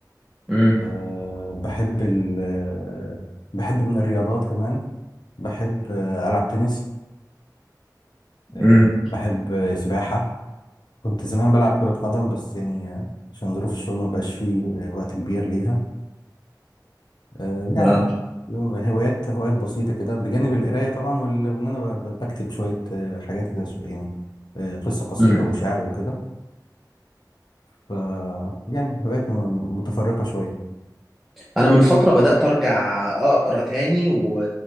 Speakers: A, in the centre; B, on the left.
A: امم
B: آه، بحب ال... آه، بحب من الرياضات كمان بحب آه، العب تنس آه،
A: امم
B: بحب آه، سباحة كنت زمان بلعب كرة قدم بس يعني آه، عشان ظروف الشغل ما بقاش فيه آه، وقت كبير ليها آه، يعني
A: اه
B: هوايات هوايات بسيطة كده بجانب القراية طبعا وال- وإن أنا ب- ب- بكتب شوية آه، حاجات كده شو- يعني آه، قصة قصيرة
A: امم
B: وشعر وكده ف يعني هوايات م- متفرقة شوية
A: انا من فترة بدأت ارجع اقرا تاني و...